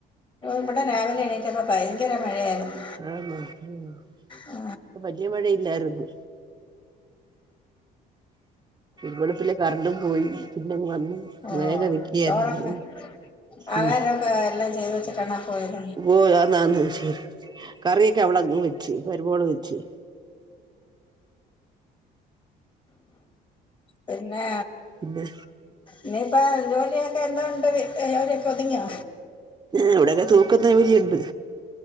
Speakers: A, on the left (about 30°); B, on the right (about 25°).
A: ഇവിടെ രാവിലെ എണീറ്റ്പ ഭയങ്കര മഴയായിരുന്നു
B: ആന്നോ ഉം
A: ആ.
B: വലിയ മഴയില്ലായിരുന്നു വെളുപ്പിലെ കറണ്ടും പോയി പിന്നങ് വന്നു
A: ഓ
B: വേഗം നിക്കിയായിരുന്നു
A: ചോറൊക്കെ ആഹാരമൊക്കെ
B: ഉം
A: എല്ലാം ചെയ്തു വെച്ചിട്ടാണ് പോയത്
B: ഓ അന്നാണ് ശരി കറിയൊക്കെ അവളങ് വെച്ച് മരുമോള് വെച്ച്
A: പിന്നെ
B: പിന്നെ
A: ഇനിയിപ്പം ജോലിയൊക്കെ എന്താ ഉണ്ട് ജോലിയൊക്കെ ഒതുങ്ങിയോ
B: ഇവിടെയക്കെ തൂക്കുന്ന ജോലി ഉണ്ട്